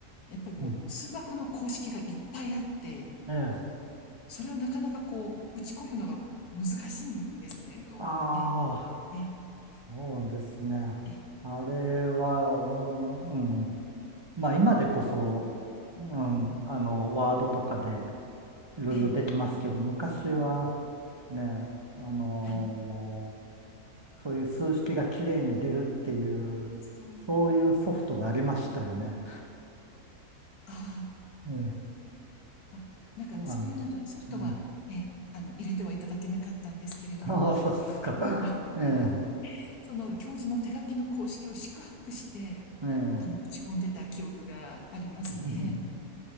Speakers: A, on the left (about 70°); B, on the right (about 35°).
A: やっぱりこう、
B: うん、
A: 数学の公式がいっぱいあって、
B: ええ
A: それをなかなかこう、打ち込むのが難しいんですね。こう、
B: ああ、
A: ええ、ええ、
B: そうですね。
A: ええ、
B: あれは、うん、うんまあ今でこそ、うん、あの、ワードとかでいろいろできますけど、
A: ええ
B: 昔はね、あの
A: はい。
B: そういう数式がきれいに出るっていう、
A: そう、
B: そういうソフトがありましたよね。
A: ああ、
B: ええ、
A: ま、なんかそういうなんかソフトは、
B: あの、うん。
A: ええ、あの、入れてはいただけなかったんですけれども、
B: <laughs> ああ、そうですか。
A: もう、
B: <laughs> ええ、
A: <laughs> その教授の手書きの公式を四苦八苦して、
B: ええ。
A: あの、打ち込んでた記憶がありますね。
B: <laughs>